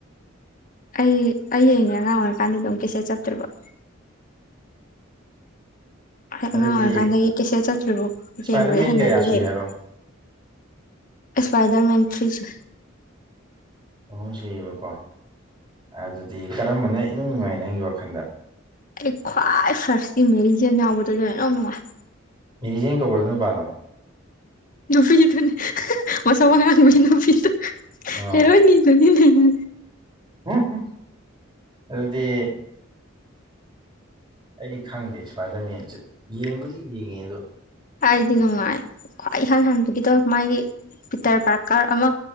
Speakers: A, on the left; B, on the right.
A: ꯑꯩ ꯑꯩ ꯌꯦꯡꯉꯦ ꯑꯉꯥꯡ ꯑꯣꯏꯔꯤꯀꯥꯟꯗ ꯗꯨꯝ ꯀꯦꯁꯦꯠ ꯆꯞꯇ꯭ꯔꯤꯕꯣꯛ ꯍꯦꯛ
B: ꯑꯗꯨꯗꯤ
A: ꯑꯉꯥꯡ ꯑꯣꯏꯔꯤꯀꯥꯟꯗꯒꯤ ꯀꯦꯁꯦꯠ ꯆꯞꯇ꯭ꯔꯤꯕꯣꯛ
B: ꯏꯁꯄꯥꯏꯗꯔꯃꯦꯟ
A: ꯌꯦꯡꯕꯒꯤ ꯍꯩꯅꯕꯤ
B: ꯀꯌꯥ ꯁꯨꯏ
A: ꯂꯩꯔꯑꯦ
B: ꯍꯥꯏꯔꯣ
A: ꯏꯁꯄꯥꯏꯗꯔꯃꯦꯟ ꯊ꯭ꯔꯤꯁꯨ
B: ꯑꯍꯨꯝ ꯁꯨꯏꯌꯦꯕꯀꯣ ꯑꯗꯨꯗꯤ ꯀꯔꯝꯕꯅ ꯏꯅꯨꯡ ꯅꯨꯡꯉꯥꯏ ꯅꯪꯒꯤ ꯋꯥꯈꯟꯗ
A: ꯑꯩ ꯈ꯭ꯋꯥꯏ ꯐꯥꯔꯁꯀꯤ ꯃꯦꯔꯤ ꯖꯦꯟ ꯌꯥꯎꯕꯗꫭ ꯑꯗꯨꯅ ꯏꯅꯨꯡ ꯅꯨꯡꯉꯥꯏ
B: ꯃꯦꯔꯤ ꯖꯦꯟ ꯀꯧꯕ꯭ꯔꫭ ꯑꯗꯨ ꯅꯨꯄꯥꯗꯣ
A: ꯅꯨꯄꯤꯗꯨꯅꯦ <unintelligible> ꯃꯁꯝ ꯑꯉꯥꯡꯕꯤ ꯅꯨꯄꯤꯗꯨ
B: ꯑꯣ
A: ꯍꯦꯔꯣꯟꯅꯤꯗꯨꯅꯤꯅꯦ
B: <unintelligible> ꯑꯗꯨꯗꯤ ꯑꯩꯗꯤ ꯈꯪꯗꯦ ꯏꯁꯄꯥꯏꯗꯔꯃꯦꯟꯖꯦ ꯌꯦꯡꯕꯨꯗꯤ ꯌꯦꯡꯉꯦ ꯑꯗꯨ
A: ꯑꯩꯗꯤ ꯅꯨꯡꯉꯥꯏ ꯈ꯭ꯋꯥꯏ ꯏꯍꯥꯟ ꯍꯥꯟꯕꯒꯤꯗꯣ ꯃꯥꯒꯤ ꯄꯤꯇꯔ ꯄꯥꯔꯀꯔ ꯑꯃ